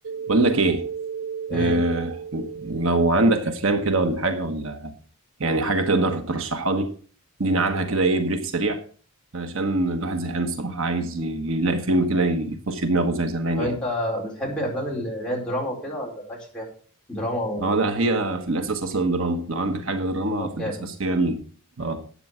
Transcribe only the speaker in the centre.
ايه
طب انت
بتحب افلام ال- اللي هي الدراما وكده ولا مالكش فيها دراما و
طب
جامد